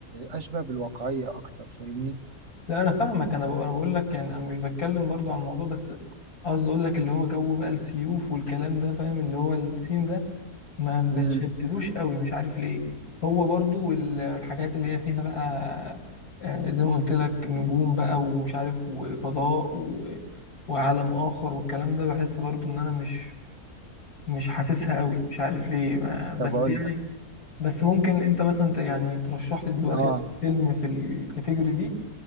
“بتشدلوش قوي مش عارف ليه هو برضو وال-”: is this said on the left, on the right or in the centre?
Left